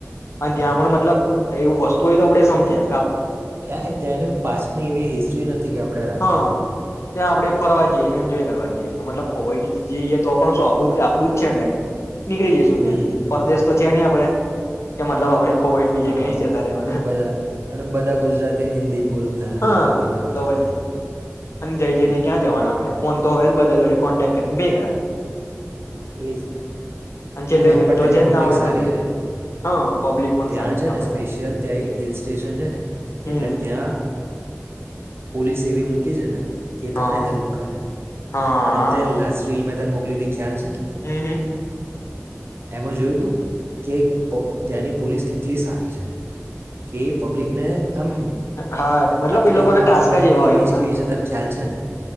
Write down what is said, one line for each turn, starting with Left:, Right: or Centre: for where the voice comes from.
Left: અને ત્યાં
Right: હમ
Left: પણ મતલબ એવું વસ્ તોય તો આપડે સમજે
Right: એ ત્યાંની પાસ્ટની એવી હિસ્ટ્રી નથી કે આપડે રાખીએ.
Left: હા ત્યાં આપડે ફરવા જઈ છીએ એન્જોય કરવા જઈએ તો મતલ ખોવા જઈએ એ તો પણ તો આપડું તે આપડું જ છે ને. નીકળી જઈશું
Right: હમ
Left: ત્યાંથી પરદેશ તો છે નહી આપડે. કે મતલબ આપડે ખોવાઈને બીજે
Right: હા
Left: ક્યાંય જતા રહેવાના
Right: અને બધા અરે બધા ગુજરાતીને હિન્દી જ બોલતા રહે
Left: હા
Right: છે એટલે વાંધો નહી
Left: તો પછી
Right: આવે
Left: અને જઈ
Right: હમ્મ.
Left: જઈને ક્યાં જવાના આપડે ફોન તો હોયજ બધા જોડે કોન્ટે કનડે ગા
Right: એજ ને
Left: છેલ્લે
Right: અને એમ
Left: રૂમ
Right: પણ
Left: તો
Right: તેની
Left: છે જ
Right: પબ્લિક
Left: ના હોય
Right: સારી
Left: તો
Right: છે.
Left: હા પબ્લિક પણ
Right: ત્યાં
Left: સારી
Right: છે ને
Left: આપડે
Right: સ્પેશિયલ ત્યાં હિલ સ્ટેશન છે ને
Left: હમ
Right: એટલે
Left: હમ
Right: ત્યાં પોલીસ એવી મૂકી છે ને કે
Left: હા
Right: તમને હેલ્પ કરે
Left: હા
Right: અને તે લેશ બિ મે તન મોકલીથી ખ્યાલ છે?
Left: હમ્મ, હમ્મ.
Right: એમાં જોયું તું કે પ ત્યાંની પોલીસ કેટલી સારી છે. કે પબ્લિક ને આમ
Left: હા મતલબ
Right: આપડે
Left: એ લોકોના
Right: આપડા
Left: ટાસ્ક
Right: માઈન્ડ
Left: જ એવા
Right: માં ઈમેજ
Left: હોય એમના
Right: કેવી તન ખ્યાલ છે ને.